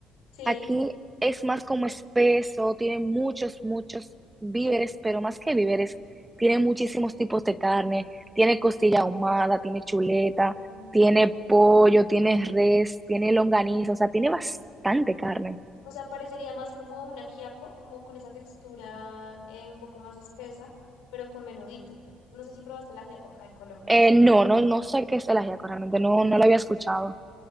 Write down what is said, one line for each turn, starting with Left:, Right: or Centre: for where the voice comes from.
Left: Sí.
Right: Aquí es más como espeso, tiene muchos, muchos víveres, pero más que víveres, tiene muchísimos tipos de carne, tiene costilla ahumada, tiene chuleta,
Left: Mm,
Right: tiene pollo, tiene res, tiene longaniza, o sea, tiene bastante carne.
Left: O sea, parecería más como un ajiaco, como con esa textura eh, un poco más espesa, pero con menudito. No sé si probaste el ajiaco acá en Colombia,
Right: Eh, no, no, no sé qué es el ajiaco, realmente
Left: ¿no?
Right: no, no lo había escuchado,